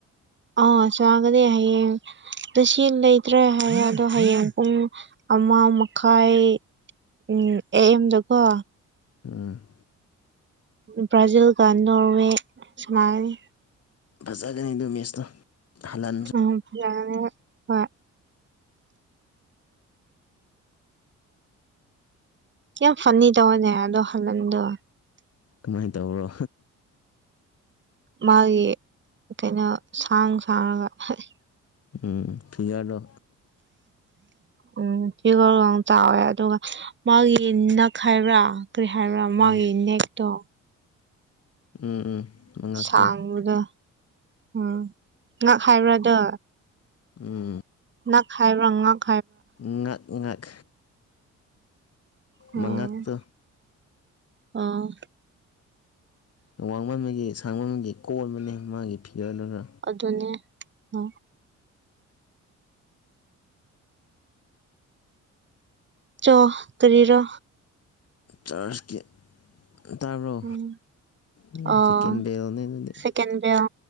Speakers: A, on the right; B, on the left.
A: ꯑ ꯆꯥꯒꯅꯤ ꯍꯌꯦꯡ ꯉꯁꯤ ꯂꯩꯇ꯭ꯔꯦ ꯍꯥꯏꯔ ꯑꯗꯣ ꯍꯌꯦꯡ ꯄꯨꯡ ꯑꯃ ꯃꯈꯥꯏ ꯎꯝ ꯑꯦꯝꯗꯀꯣ
B: ꯎꯝ
A: ꯕ꯭ꯔꯥꯖꯤꯜꯒ ꯅꯣꯔꯋꯦ ꯁꯥꯟꯅꯒꯅꯤ
B: ꯐꯖꯒꯅꯤ ꯑꯗꯨ ꯃꯦꯁꯇꯣ ꯍꯜꯂꯟꯁꯨ
A: ꯎꯝ ꯌꯥꯅꯤ ꯍꯣꯏ ꯍꯣꯏ ꯌꯥꯝ ꯐꯅꯤ ꯇꯧꯕꯅꯦ ꯑꯗꯨ ꯍꯜꯂꯟꯗꯣ
B: ꯀꯃꯥꯏ ꯇꯧꯕꯔꯣ
A: ꯃꯥꯒꯤ ꯀꯩꯅꯣ ꯁꯥꯡ ꯁꯥꯡꯉꯒ ꯍꯛ ꯑꯦ
B: ꯎꯝ ꯐꯤꯔꯂꯣ
A: ꯎꯝ ꯏꯒꯣ ꯌꯥꯝ ꯆꯥꯎꯋꯦ ꯑꯗꯨꯒ ꯃꯥꯒꯤ ꯅꯛ ꯍꯥꯏꯕ꯭ꯔꯥ ꯀꯔꯤ ꯍꯥꯏꯕ꯭ꯔꯥ ꯃꯥꯒꯤ
B: ꯎꯝ
A: ꯅꯦꯛꯇꯣ
B: ꯎꯝ ꯎꯝ ꯃꯉꯛꯇꯣ
A: ꯁꯥꯡꯕꯗ ꯎꯝ ꯉꯥꯛ ꯍꯥꯏꯕ꯭ꯔꯥꯗꯣ
B: ꯎꯝ
A: ꯅꯛ ꯍꯥꯏꯕ꯭ꯔꯥ ꯉꯥꯛ
B: ꯉꯥꯛ ꯉꯥꯛ
A: ꯎꯝ
B: ꯃꯉꯥꯛꯇꯣ
A: ꯑꯥ
B: ꯋꯥꯡꯃꯟꯕꯒꯤ ꯁꯥꯡꯃꯟꯕꯒꯤ ꯀꯣꯟꯕꯅꯦ ꯃꯥꯒꯤ ꯐꯤꯒꯔꯗꯨꯅ
A: ꯑꯗꯨꯅꯦ ꯑ ꯆꯣ ꯀꯔꯤꯔꯥ
B: ꯆꯥꯔꯁꯀꯤ ꯇꯥꯕ꯭ꯔꯣ
A: ꯎꯝ
B: ꯎꯝ
A: ꯑꯥ
B: ꯁꯦꯀꯦꯟ ꯕꯦꯜꯅꯦ ꯑꯗꯨꯗꯤ
A: ꯁꯦꯀꯦꯟ ꯕꯦꯜ